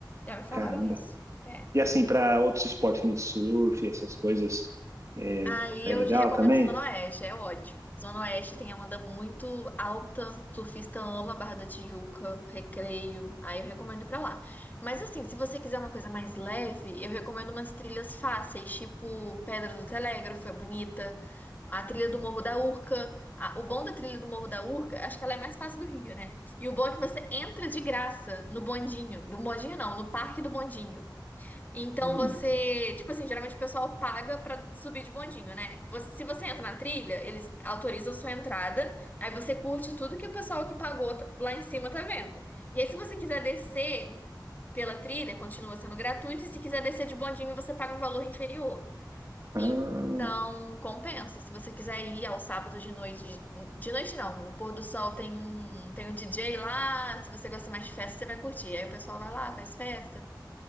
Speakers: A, on the left; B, on the right.
A: Já me falaram
B: caramba.
A: isso. É.
B: E assim, para outros esportes, que nem surf, essas coisas, é,
A: Aí
B: é
A: eu
B: legal
A: recomendo
B: também?
A: Zona Oeste, é ótimo. Zona Oeste tem a onda muito alta, surfista ama Barra da Tijuca, Recreio, aí eu recomendo ir pra lá. Mas assim, se você quiser uma coisa mais leve, eu recomendo umas trilhas fáceis, tipo Pedra do Telégrafo, é bonita, a trilha do Morro da Urca. A- o bom da trilha do Morro da Urca, acho que ela é mais fácil do Rio, né? E o bom é que você entra de graça no bondinho, do bondinho não, no Parque do Bondinho. Então
B: Hum,
A: você, tipo assim, geralmente o pessoal paga pra subir de bondinho, né? Você- se você entra na trilha, eles autorizam sua entrada, aí você curte tudo que o pessoal que pagou t- lá em cima tá vendo. E aí, se você quiser descer pela trilha, continua sendo gratuito, e se quiser descer de bondinho, você paga um valor inferior.
B: ah,
A: Então, compensa. Se você quiser ir ao sábado de noite, de noite não, no pôr do sol tem um, tem um DJ lá, se você gosta mais de festa, você vai curtir. Aí o pessoal vai lá, faz festa.